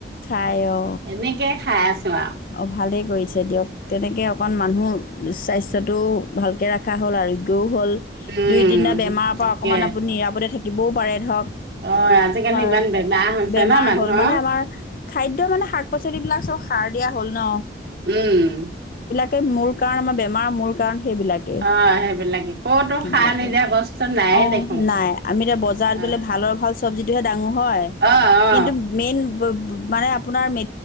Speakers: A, on the left; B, on the right.
A: খাই অ
B: এনেকে খাই আছো আৰু
A: অ ভালেই কৰিছে দে দিয়ক তেনেকৈ অকণ মানুহ স্বাস্থ্যটোও ভালকৈ ৰখা হ'ল আৰোগ্যও হ'ল
B: উম,
A: দুই তিনিটা বেমাৰৰ পৰা
B: তাকে
A: অকণমান আপুনি নিৰাপদে থাকিবও পাৰে ধৰক
B: অ আজিকালি
A: হয়,
B: ইমান বেমাৰ হৈছে
A: বেমাৰ
B: ন মানুহৰ
A: হ'ল মানে আমাৰ খাদ্য মানে শাক পাচলিবিলাক চব সাৰ দিয়া হ'ল ন
B: উম
A: তে মোৰ কাৰণে মই বেমাৰ মোৰ কাৰণে সেবিলাকে
B: অ সেইবিলাকে ক'তো
A: সেবিলাকে
B: সাৰ নিদিয়া বস্তু নায়ে
A: অ
B: দেখোন
A: নাই আমি এতিয়া বজাৰত
B: অ
A: গ'লে ভালৰ ভাল চব্জি <unintelligible> হয়
B: অ অ
A: কিন্তু মেইন <unintelligible> মানে আপোনাৰ মে